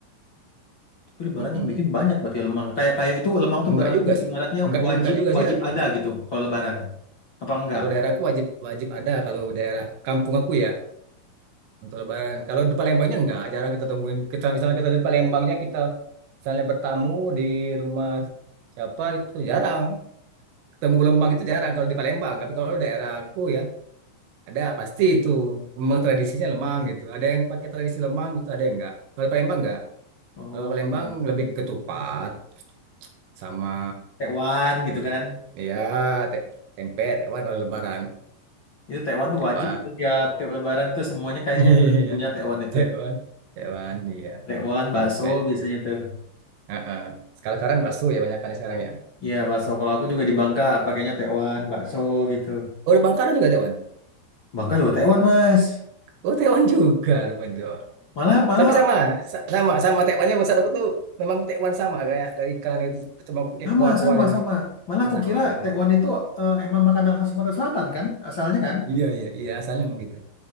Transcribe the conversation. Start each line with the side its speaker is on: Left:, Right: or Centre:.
Left: Tapi lebaran
Right: Mm-mm.
Left: yang bikin banyak berarti ya lemang. Kayak kayak itu lemang tuh
Right: enggak
Left: berarti
Right: juga sih
Left: ibaratnya
Right: enggak
Left: wajib
Right: juga enggak juga
Left: wajib
Right: sih
Left: ada gitu kalau lebaran. Apa enggak?
Right: kalau daerahku wajib wajib ada kalau daerah kampung aku ya Untuk Lebaran. Kalau di Palembangnya enggak, jarang kita temuin. Kita misalnya kita di Palembangnya kita misalnya bertamu di rumah siapa itu jarang. Ketemu lemang itu jarang kalau di Palembang. Tapi kalau daerah aku ya ada pasti itu. Memang tradisinya lemang gitu. Ada yang pakai tradisi lemang gitu, ada yang enggak. Kalau di Palembang enggak.
Left: Oh
Right: Kalau di Palembang
Left: gitu.
Right: lebih ketupat sama
Left: Tekwan gitu
Right: tadi
Left: kan.
Right: ya te- tempe, tewan kalau Lebaran.
Left: Itu tekwan tuh
Right: Tewan.
Left: wajib itu
Right: <laughs>
Left: tiap tiap lebaran itu semuanya kayaknya
Right: Iya,
Left: harus punya tekwan itu.
Right: tewan. Tewan, iya.
Left: Tekwan, bakso
Right: Tempe.
Left: biasanya tuh.
Right: Heeh. Sekarang sekarang bakso ya banyak kan sekarang ya.
Left: Iya bakso. Kalau aku juga di Bangka pakainya tekwan, bakso gitu.
Right: Oh, di Bangka juga tewan.
Left: Bangka juga tekwan mas.
Right: Oh, tewan juga rupanya.
Left: Malah malah
Right: Tapi sama, sa- sama, sama tekwannya maksud aku tuh memang tekwan sama kayak dari ikan itu cuma pakai
Left: sama
Right: kuah-kuah
Left: sama
Right: gitu.
Left: sama. Malah
Right: Oh,
Left: aku
Right: sama
Left: kira
Right: emang.
Left: tekwan itu eh, emang makanan khas Sumatera Selatan kan asalnya kan.
Right: Iya, iya, iya asalnya memang gitu.